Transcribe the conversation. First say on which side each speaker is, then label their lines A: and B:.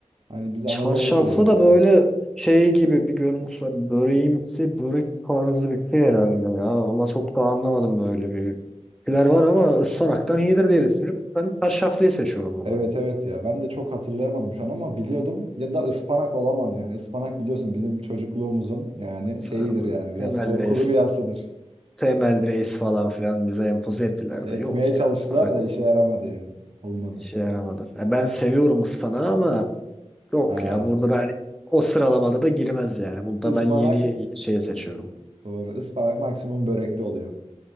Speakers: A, on the right; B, in the centre.
A: hani biz
B: Çarşaflı
A: Anadolu çocuğuyuz
B: da
A: yani.
B: böyle şey gibi bir görüntüsü var. Böreğimsi, börek tarzı bir şey herhalde ya. Ama çok da anlamadım böyle bir şeyler var ama ıspanaktan iyidir diye düşünüp ben çarşaflıyı seçiyorum
A: Evet
B: burada.
A: evet ya ben de çok hatırlayamadım şu an ama biliyordum ya da ıspanak olamaz yani. Ispanak biliyorsun bizim çocukluğumuzun yani
B: Sarmaz.
A: şeyidir yani biraz
B: Temel
A: korkulu
B: reis,
A: rüyasıdır.
B: temel reis falan filan bize empoze ettiler
A: Etmeye
B: de yok ya.
A: çalıştılar
B: Ispanak
A: da işe yaramadı yani. Olmadı.
B: şey yaramadı. Ya ben seviyorum ıspanağı ama yok
A: Ha.
B: ya. Burada ben o sıralamada da girmez yani. Burada
A: Ispanak
B: ben yeni şeyi seçiyorum.
A: doğru. Ispanak maksimum börekte oluyor.